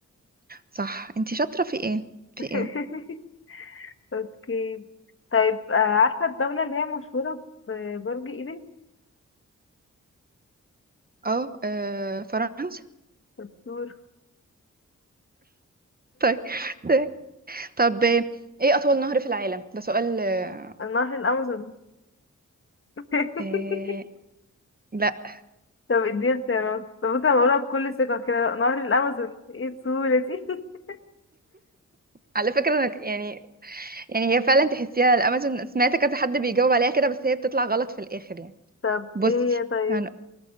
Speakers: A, on the right; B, on the left.
A: صح انتي شاطرة في ايه
B: <laughs>
A: في ايه
B: اوكي طيب آه، عارفة الدولة اللي هي مشهورة ببرج ايفل؟
A: اه آه، فرنسا
B: شطور
A: طيب <laughs> طب آه، ايه اطول نهر في العالم ده سؤال آه،
B: <laughs> نهر الأمازون <laughs>
A: آه، لا
B: طب اديني اختيارات طب بص انا بقولها بكل ثقة كده نهر الأمازون ايه السهولة دي <laughs>
A: على فكرة أنا ك- يعني يعني هي فعلا تحسيها الامازون سمعت كذا حد بيجاوب عليها كده بس هي بتطلع غلط في الاخر يعني
B: طب
A: بصي
B: ايه هي طيب
A: هن-